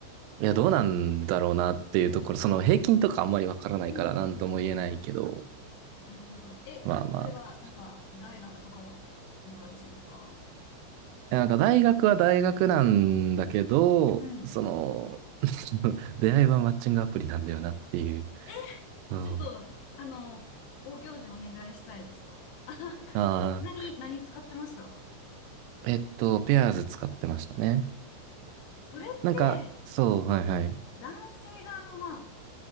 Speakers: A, on the right (about 80°); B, on the left (about 75°).
A: いや、どうなんだろうなっていうところ、その平均とかあんまりわからないから何とも言えないけど、
B: うんうんうんうん。なるほど。え、
A: まあまあって感じ。
B: それはなんか、大学とかの友達ですか
A: いやなんか大学は大学なんだけど、
B: うん。
A: その、<laughs> 出会いはマッチングアプリなんだよなっていう。
B: え、
A: うん。
B: ちょっと、あの、ご教授お願いしたいですわ。<laughs>
A: ああ、
B: 何、何使ってましたわ
A: えっと、ペアーズ使ってましたね。
B: それっ
A: なんか、
B: て、
A: そう、
B: その、
A: はいはい。
B: 男性側の、まあ、